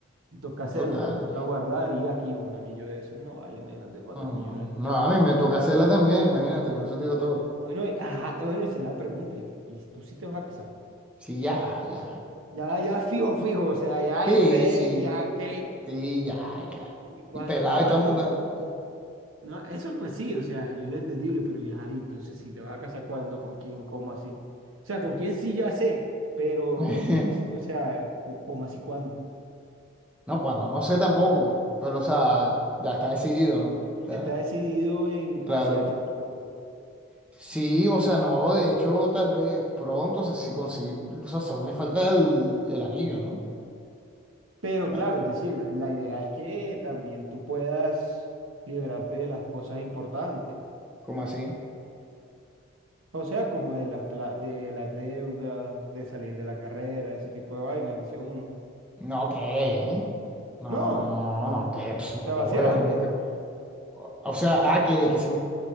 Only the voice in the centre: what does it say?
Total.
Ajá.
No,
a mí me toca hacerla también, imagínate, con eso te digo todo.
Sí, ya, ya,
ya.
Sí,
sí,
sí, ya, ya.
Y pelado
y toda monda.
<laughs>
No, cuando no sé tampoco, pero o sea, ya está decidido,
¿no? O sea,
claro.
Sí, o sea, no, de hecho, tal vez pronto, o sea, sí consigo, o sea, solo me falta el, el anillo, ¿no?
O
sea,
¿cómo así?
No, ¿qué? ¿Eh? No,
no, no,
no, no, ¿qué? Pss, manda
huevo
nunca. O, o sea, ah, que, que si,